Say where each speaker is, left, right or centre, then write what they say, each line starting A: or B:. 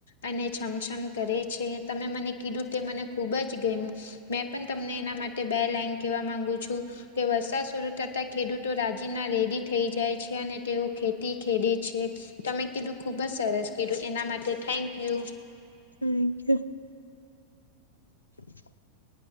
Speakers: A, on the left; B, on the left.
A: અને છમછમ કરે છે તમે મને કીધું તે મને ખુબ જ ગમ્યું મેં પણ તમને એના માટે બે લાઈન કેવા માંગુ છું કે વરસાદ શરૂ થતા ખેડૂતો જે ના રેડી થઈ જાય છે અને તેઓ ખેતી ખેડે છે તમે કીધું ખુબ જ સરસ કીધું એના માટે થેન્ક યુ
B: થમક <inaudible> <inaudible>